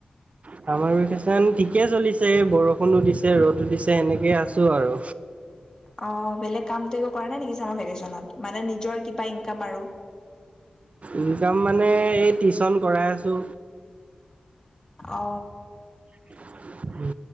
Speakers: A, on the right (about 50°); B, on the left (about 25°).
A: ছামাৰ ভেকেশ্যন ঠিকে চলিছে বৰষুণো দিছে ৰ'দো দিছে সেনেকেই আছো আৰু।
B: অ বেলেগ কামটো একো কৰা নাই নেকি ছামাৰ ভেকেশ্যনত, মানে নিজৰ কিবা ইনকাম আৰু?
A: ইনকাম মানে এই টিউচন কৰাই আছো।
B: অ।
A: <unintelligible>